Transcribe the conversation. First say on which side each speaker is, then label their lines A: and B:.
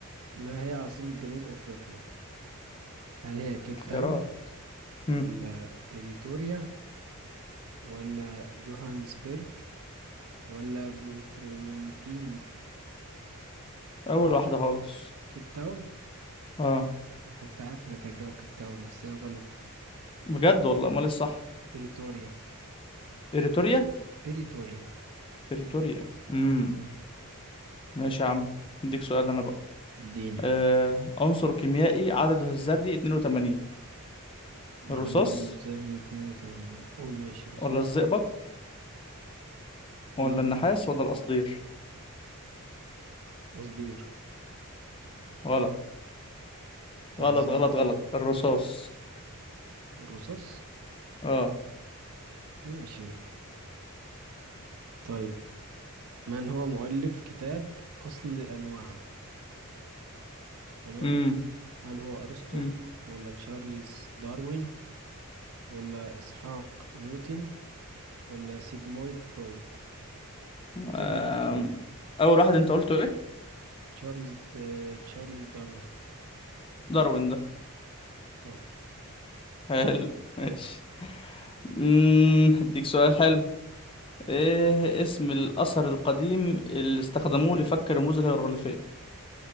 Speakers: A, on the right; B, on the left.
A: ما هي عاصمة جنوب أفريقيا هل هي كيب تاون
B: خيرات مم.
A: ولا بريتوريا ولا جوهانسبرج ولا بلوفرومانتين
B: اول
A: آه،
B: واحدة خالص
A: كيب تاون
B: اه
A: أنا كنت عارف انك هتجاوب كيب تاون بس هي غلط
B: بجد والله امال إيه الصح
A: بريتوريا
B: بريتوريا
A: بريتوريا
B: بريتوريا امم
A: بريتوريا
B: ماشي يا عم اديك سؤال انا بقى
A: اديني
B: آه، عنصر كيميائي عدده الذري 82 الرصاص
A: عدد الذري 82 قول ماشي رصاص
B: ولا الزئبق
A: امم
B: ولا النحاس ولا القصدير
A: قصدير
B: غلط
A: اي
B: غلط
A: زئبق
B: غلط غلط الرصاص
A: الرصاص
B: اه
A: ماشي طيب من هو مؤلف كتاب أصل الأنواع تمام
B: امم
A: هل هو أرسطو
B: امم
A: ولا تشارلز داروين ولا إسحاق نيوتن ولا سيجمويد فرويد سيجموند
B: آم،
A: فرويد
B: اول واحد انت قلته ايه
A: تشارلز د... تشارلز داروين
B: داروين ده
A: صح
B: حلو <laughs> ماشي امم هديك سؤال حلو ايه اسم الاثر القديم اللي استخدموه لفك الرموز الهيروغليفية